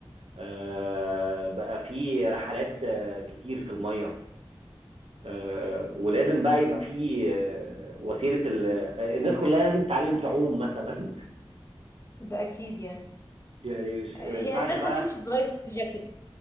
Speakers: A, on the right (about 85°); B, on the left (about 30°).
A: آه، بقى في رحلات آه، كتير في الميه آه، ولازم بقى يبقى في آه، وسيله ال... آه، الناس كلها لازم تتعلم تعوم مثلا
B: ده أكيد يعني
A: <laughs> يعني مش
B: هي
A: ما ينفعش
B: الناس
A: بقى
B: هتمشي بلايف جاكيت